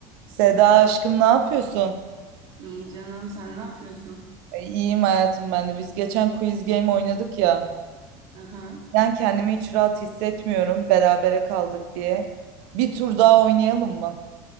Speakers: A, on the right; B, on the right.
A: Seda aşkım ne yapıyorsun?
B: İyi canım sen ne yapıyorsun?
A: E, İyiyim hayatım ben de. Biz geçen quiz game oynadık ya.
B: Aha.
A: Ben kendimi hiç rahat hissetmiyorum berabere kaldık diye. Bir tur daha oynayalım mı?